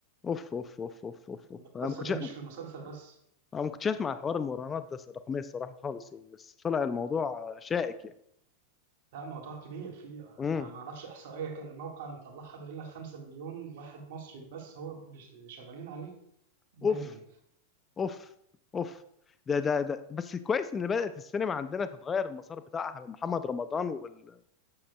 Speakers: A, on the left; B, on the right.
A: اوف اوف اوف اوف اوف اوف
B: والقصة
A: انا ما كنتش
B: دي
A: انا
B: مش في المسلسل بس
A: ما كنتش اسمع الحوار المراهنات ده الرقميه الصراحه خالص يعني بس طلع الموضوع شائك يعني
B: لا موضوع كبير في
A: امم
B: يعني ما اعرفش احصائيه كان الموقع مطلعها بيقول لك 5 مليون واحد مصري بس هو بيش- شغالين عليه دايما
A: اوف اوف اوف ده ده ده بس كويس ان بدأت السينما عندنا تتغير المسار بتاعها من محمد رمضان وال...